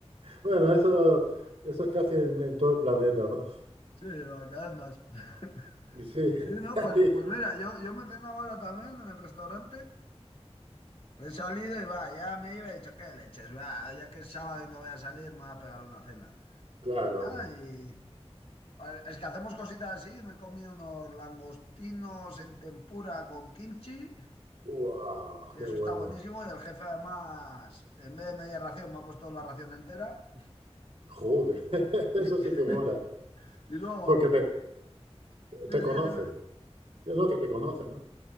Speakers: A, on the right; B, on the left.
A: Bueno, eso, eso es casi en, en todo el planeta, ¿no?
B: Sí, cada vez más. <laughs>
A: Y Sí,
B: Sí, no,
A: <laughs>
B: pues, pues mira, yo, yo me ceno ahora también en el restaurante. He salido y va, ya me iba y he dicho, qué leches, va, ya que es sábado y no voy a salir, me voy a pegar una cena.
A: claro,
B: Y nada,
A: hombre.
B: y vale, es que hacemos cositas así, me he comido unos langostinos en tempura con kimchi,
A: ¡Wow!
B: que
A: ¡Qué
B: eso
A: bueno!
B: está buenísimo, y el jefe además, en vez de media ración, me ha puesto la ración entera.
A: ¡Joder! <laughs> Eso
B: <laughs>
A: sí que mola.
B: Y, y luego,
A: Porque te,
B: sí,
A: te
B: sí,
A: conoce.
B: dime.
A: No, que te conoce, ¿no?